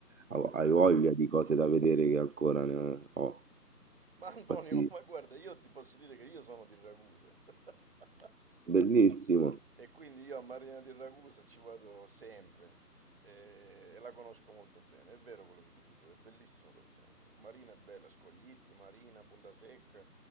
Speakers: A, on the right; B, on the right.
A: ha-
B: sì.
A: hai voglia di cose da vedere che ancora ne ho.
B: Ma Antonio,
A: Infatti,
B: ma guarda, io ti posso dire che io sono di Ragusa. <laughs>
A: bellissimo,
B: E quindi io a Marina di Ragusa ci vado sempre e, e la conosco molto bene. È vero quello che dici tu, è bellissimo dove siamo. Marina è bella, Scoglitti, Marina, Punta Secca,